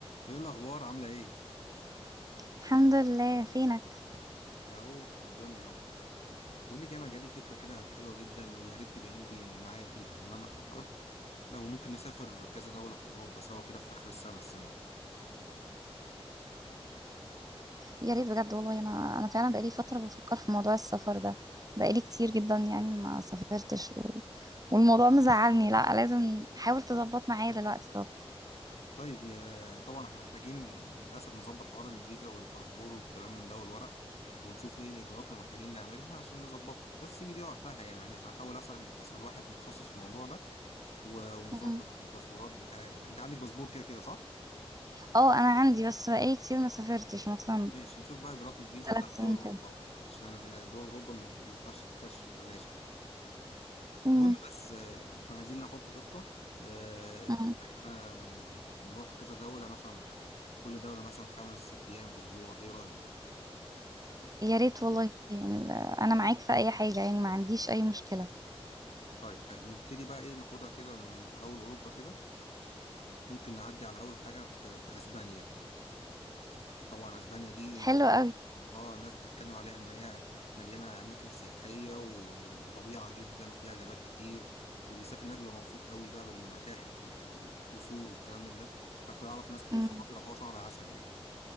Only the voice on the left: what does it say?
ايه الاخبار عامله ايه
ده اهو في الدنيا اهو بقول لك انا جالي فكره كده حلوه جدا ويا ريت تبقي انت معايا فيها يعني انا فكرت لو ممكن نسافر كذا دوله في اوروبا سوا كده في اخر السنه السنه دي
طيب يا طبعا احنا محتاجين للاسف نظبط حوار الفيزا والباسبور والكلام من ده والورق ونشوف ايه الاجراءات اللي محتاجين نعملها عشان نظبطها بس سيبي دي وقتها يعني انا هنحاول اسال اسال واحد متخصص في الموضوع ده و- ونظبط
الباسبورات بتاعي انت عندك باسبور كده كده صح
ماشي نشوف بقى اجراءات الفيزا
بتاعت دول
اوروبا
وبتاع عشان ال- دول اوروبا ما ما ينفعش تخش ببلاش كده
المهم بس آه، احنا عايزين نحط خطة آه،
ان احنا نروح كذا دولة مثلا كل دولة مثلا خمس ست ايام اسبوع ايه رأيك
طيب حلو نبتدي بقى ايه ناخدها كده من اول اوروبا كده ممكن نعدي على اول حاجة في, في اسبانيا طبعا اسبانيا دي يعني
اه الناس بتتكلم عليها ان هي مليانه اماكن سياحيه و- وطبيعه جدا وفيها غابات كتير واللي بيسافر هناك بيبقى مبسوط قوي بقى بالمتاحف وبالقصور والكلام من ده حتى اعرف ناس كتير
صحابي راحوا شهر عسل يعني